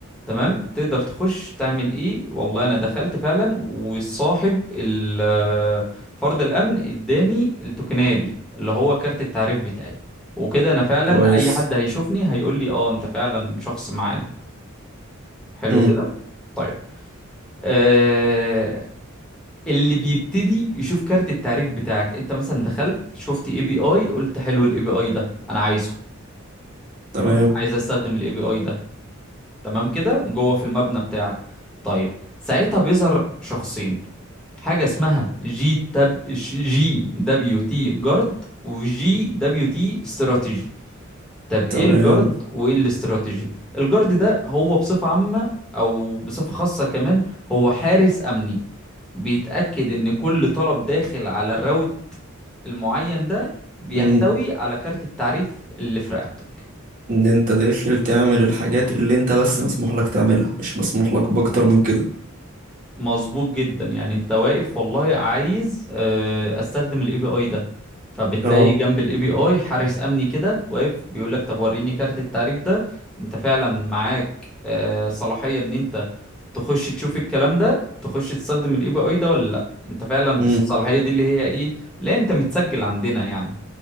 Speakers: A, in the centre; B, on the right.
A: تمام تقدر تخش تعمل ايه والله انا دخلت فعلا والصاحب ال- آه، فرد الامن اداني التوكنية دي اللي هو كارت التعريف بتاعي وكده انا فعلا
B: كويس
A: اي حد هيشوفني هيقول لي اه انت فعلا شخص معانا حلو
B: امم
A: كده طيب آه، اللي بيبتدي يشوف كارت التعريف بتاعك انت مثلا دخلت شفت اي بي اي قلت حلو الاي بي اي ده انا عايزه
B: تمام
A: تمام عايز استخدم الاي بي اي ده تمام كده جوه في المبنى بتاعك طيب ساعتها بيظهر شخصين حاجة اسمها جي تب جي دبليو تي جارد وجي دبليو تي استراتيجي طب ايه
B: تمام
A: الجارد وايه الاستراتيجي الجارد ده هو بصفة عامة او بصفة خاصة كمان هو حارس امني بيتأكد إن كل طلب داخل على الراوت المعين ده بيحتوي
B: امم
A: على كارت التعريف اللي في رقبتك
B: ان انت داخل تعمل الحاجات اللي انت بس مسموح لك تعملها مش مسموح لك باكتر من كده
A: مظبوط جدا يعني انت واقف والله عايز آه، استخدم الاي بي اي ده فبتلاقي
B: اه
A: جنب الاي بي اي حارس امني كده واقف بيقول لك طب وريني كارت التعريف ده انت فعلا معاك آه، صلاحية ان انت تخش تشوف الكلام ده تخش تستخدم الاي بي اي ده ولا لا انت فعلا
B: امم
A: الصلاحية دي اللي هي ايه لا انت متسجل عندنا يعني